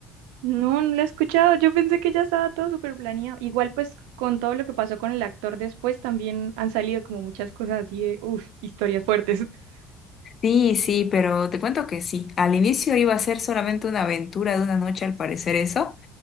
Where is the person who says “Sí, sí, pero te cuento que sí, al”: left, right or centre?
Left